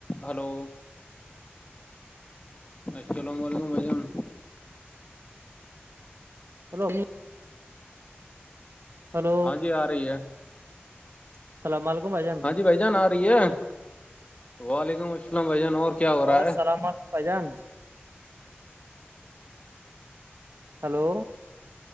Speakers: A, on the left; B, on the right.
A: hello السلام علیکم بھائی جان
B: ہیلو امی ہلو
A: ہاں جی آ رہی ہے
B: السلام علیکم بھائی جان
A: ہاں جی بھائی جان آ ہے وعلیکم السلام بھائی جان اور کیا ہو
B: اور
A: رہا ہے
B: سلام علیکم بھائی جان ہلو